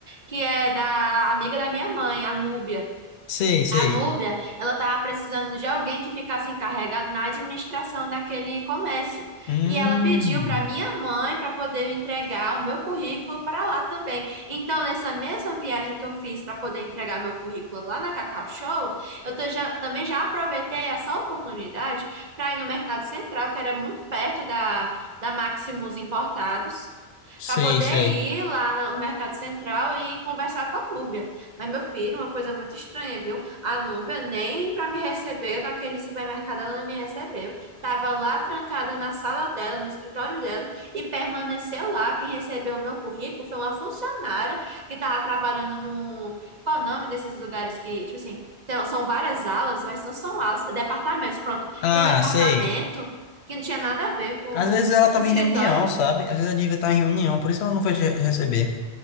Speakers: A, on the right; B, on the left.
A: que é da amiga da minha mãe, a Núbia.
B: sei, sei.
A: A Núbia, ela estava precisando de alguém que ficasse encarregado na administração daquele comércio.
B: Hum,
A: E ela pediu para minha mãe para poder entregar o meu currículo para lá também. Então, nessa mesma viagem que eu fiz para poder entregar meu currículo lá na Cacau Show, eu tô já- também já aproveitei essa oportunidade para ir no Mercado Central, que era muito perto da, da Maximus Importados,
B: sei,
A: para poder
B: sei.
A: ir lá no Mercado Central e conversar com a Núbia. Mas, meu filho, uma coisa muito estranha, viu? A Núbia nem para me receber naquele supermercado ela não me recebeu. Tava lá trancada na sala dela, no escritório dela, e permaneceu lá. Quem recebeu o meu currículo foi uma funcionária que tava trabalhando no. Qual é o nome desses lugares que, tipo assim, tem- são várias alas, mas não são alas, departamentos, pronto,
B: Ah,
A: de um departamento
B: sei.
A: que não tinha nada a ver com
B: Às vezes ela tava
A: o escritório.
B: em reunião, sabe? Às vezes ela devia estar em reunião, por isso ela não foi te receber.